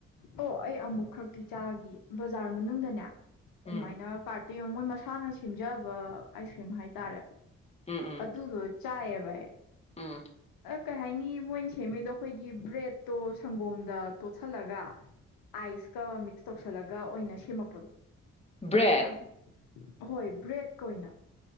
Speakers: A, on the left; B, on the left.
A: ꯑꯣ ꯑꯩ ꯑꯃꯨꯛ ꯈꯛꯇꯤ ꯆꯥꯈꯤ ꯕꯖꯥꯔ ꯃꯅꯨꯡꯗꯅꯦ
B: ꯎꯝ
A: ꯃꯥꯏꯅ ꯄꯥ ꯀꯣ ꯃꯣꯏ ꯃꯁꯥꯅ ꯁꯦꯝꯖꯕ ꯑꯥꯏꯁ ꯀ꯭ꯔꯤꯝ ꯍꯥꯏꯇꯥꯔꯦ
B: ꯎꯝ ꯎꯝ
A: ꯑꯗꯨꯗ ꯅ ꯆꯥꯌꯦꯦꯕꯥꯏ
B: ꯎꯝ
A: ꯀꯩ ꯍꯥꯏꯅꯤ ꯃꯣꯏꯅ ꯁꯦꯝꯃꯤꯗꯣ ꯑꯩꯈꯣꯏꯒꯤ ꯕ꯭ꯔꯦꯗꯠꯇꯣ ꯁꯪꯒꯣꯝꯗ ꯇꯣꯠꯁꯤꯜꯂꯒ ꯑꯥꯏꯁꯀ ꯃꯤꯛꯁ ꯇꯧꯁꯜꯂꯒ ꯑꯣꯏꯅ ꯁꯦꯝꯃꯛꯄꯗꯣ
B: ꯕ꯭ꯔꯦꯠ
A: ꯌꯥꯝ ꯍꯣꯏ ꯕ꯭ꯔꯦꯗ ꯀ ꯑꯣꯏꯅ